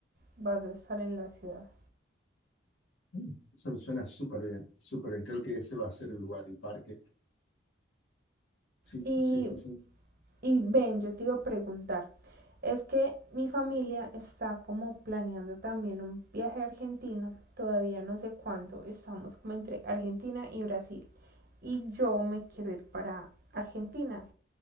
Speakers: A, on the right; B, on the left.
A: vas a estar en la ciudad.
B: Mm, Eso suena súper bien, súper bien. Creo que ese va a ser el lugar, el parque. Sí,
A: Y
B: sí, sí, sí.
A: Y ven, yo te iba a preguntar, es que mi familia está como planeando también un viaje a Argentina, todavía no sé cuándo, estamos como entre Argentina y Brasil. Y yo me quiero ir para Argentina